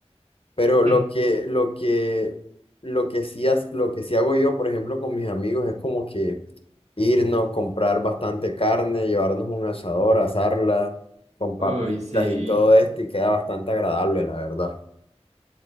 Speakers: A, on the left; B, on the right.
A: Pero lo
B: <laughs>
A: que, lo que, lo que sí, ha- lo que sí hago yo, por ejemplo, con mis amigos es como que irnos, comprar bastante carne, llevarnos un asador, asarla con
B: Uy,
A: papitas
B: sí.
A: y todo esto y queda bastante agradable, la verdad.